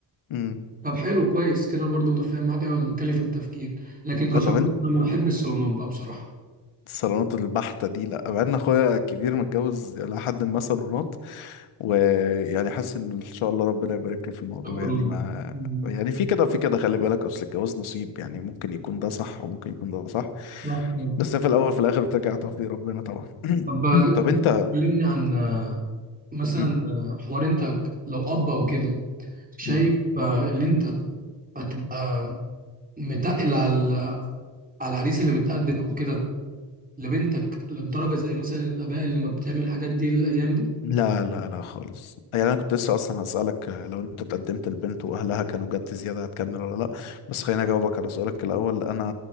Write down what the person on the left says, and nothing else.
امم
آه، طب انت
الصالونات البحتة دي لا بقى ان اخويا الكبير متجوز الى حد ما صالونات ويعني حاسس ان ان شاء الله ربنا يبارك له في الموضوع
يعني ما
يعني في كده وفي كده خلي بالك اصل الجواز نصيب يعني ممكن يكون ده صح وممكن يكون ده صح
بس في الاول في الاخر بترجع توفيق ربنا طبعا
<clears throat> طب
انت
مم.
مم.
لا لا لا خالص يعني انا كنت لسه اصلا هسألك آه، لو انت اتقدمت لبنت واهلها كانوا جد زيادة هتكمل ولا لا بس خليني اجاوبك على سؤالك الاول انا